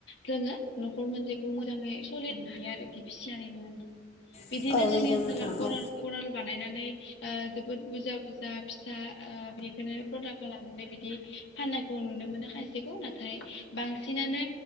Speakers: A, on the left; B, on the left.
A: जोङो न'खर मोनसेखौ मोजाङै सलि हाया आरो बिसानि जानाय बिदिनो
B: औ औ
A: जोंनि
B: नंगौ
A: ओनसोलाव
B: नोंथां
A: गराल
B: औ
A: गराल बानायनानै ओ जोबोद बुरजा बुरजा फिसा बिखौनो प्रडाक्ट खालाम लानानै बिदि फाननायखौ नुनो मोनाखायसेखौ नाथाय बांसिनानो